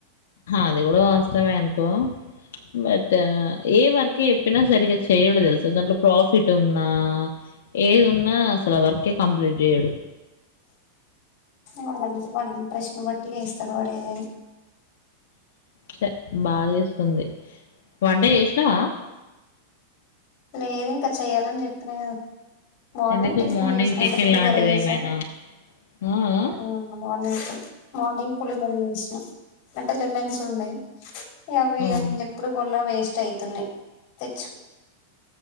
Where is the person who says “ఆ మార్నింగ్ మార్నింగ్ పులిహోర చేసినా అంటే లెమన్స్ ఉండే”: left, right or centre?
Left